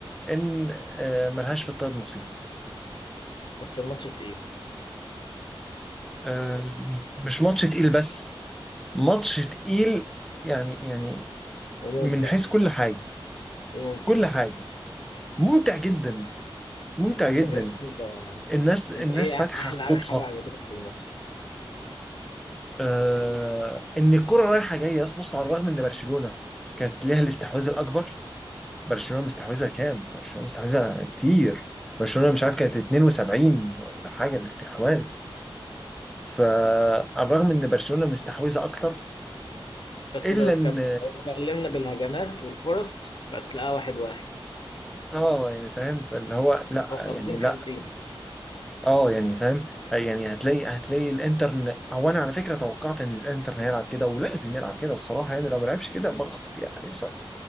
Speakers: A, in the centre; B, on the left.
A: ان آه، ملهاش في الطب نصيب
B: بس الماتش تقيل
A: آه، مش ماتش تقيل بس ماتش تقيل يعني يعني
B: وممتع
A: من حيث كل حاجة
B: وممتع
A: كل حاجة ممتع جدا ممتع جدا
B: طب يا اسطى انت
A: الناس الناس
B: انت ايه
A: فاتحة
B: احلى
A: خطوطها
B: حاجة عجبتك في الماتش
A: آه ان الكرة رايحة جاية أصل بص على الرغم ان برشلونة كانت ليها الاستحواذ الأكبر برشلونة مستحوذة كام؟ برشلونة مستحوذة كتير برشلونة مش عارف كانت 72 ولا حاجة الاستحواذ فعلى الرغم ان برشلونة مستحوذة أكتر
B: بس
A: إلا
B: لو اتكب-
A: ان
B: لو اتكلمنا بالهجمات والفرص فتلاقيها واحد واحد
A: اه يعني فاهم فاللي هو لا
B: او خمسين
A: يعني لا
B: خمسين
A: اه يعني فاهم يعني هتلاقي هتلاقي الانتر هو انا على فكره توقعت ان الانتر هيلعب كده ولازم يلعب كده بصراحه يعني لو ما لعبش كده بغلط يعني بصراحه